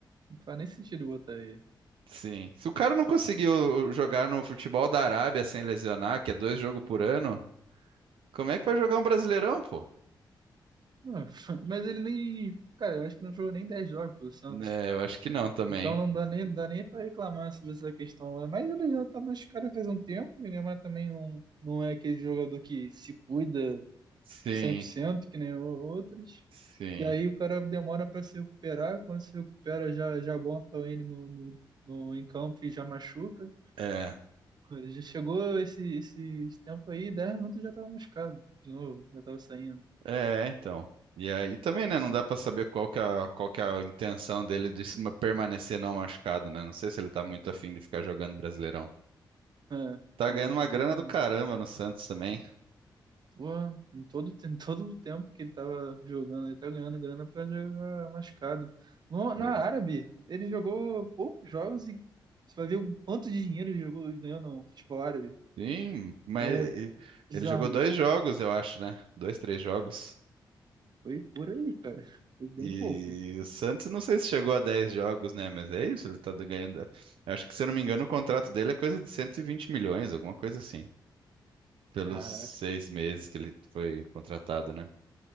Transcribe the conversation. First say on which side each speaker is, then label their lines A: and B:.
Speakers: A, on the right (about 55°); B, on the right (about 80°).
A: não faz nem sentido botar ele.
B: Sim. Se o cara não conseguiu uh, jogar no futebol da Arábia sem lesionar, que é dois jogos por ano, como é que vai jogar um Brasileirão, pô?
A: Não, <laughs> mas ele nem. Cara, eu acho que não jogou nem 10 jogos pelo Santos.
B: É, eu acho que não também.
A: Então não dá nem, dá nem pra reclamar sobre essa questão. né? Mas ele já tá machucado faz um tempo. E o Neymar também não, não é aquele jogador que se cuida
B: Sim,
A: cem por cento que nem o- outros.
B: sim.
A: E aí o cara demora pra se recuperar. Quando se recupera, já, já bota ele no, no, no, em campo e já machuca.
B: é.
A: Ele Já chegou esse, esse tempo aí, 10 minutos já tava machucado. De novo, já tava saindo.
B: É, então. E aí também, né? Não dá pra saber qual que é, a- qual que é a intenção dele de se ma- permanecer não machucado, né? Não sei se ele tá muito afim de ficar jogando Brasileirão.
A: É,
B: Tá ganhando
A: é,
B: uma grana
A: pois é.
B: do caramba no Santos também.
A: Pô, em todo, tem- em todo o tempo que ele tava jogando, ele tá ganhando grana pra jogar machucado. No,
B: Pois.
A: na Árabe, ele jogou poucos jogos e você vai ver o quanto de dinheiro ele jogou e ganhou no futebol árabe.
B: Sim, mas
A: É,
B: e-
A: bizarramente.
B: ele jogou dois jogos, eu acho, né? Dois, três jogos.
A: Foi por aí, cara. Foi bem
B: E
A: pouco.
B: o Santos, não sei se chegou a 10 jogos, né? Mas é isso, ele tá ganhando. Acho que, se eu não me engano, o contrato dele é coisa de 120 milhões, alguma coisa assim, pelos
A: Caraca,
B: seis meses que ele foi contratado, né?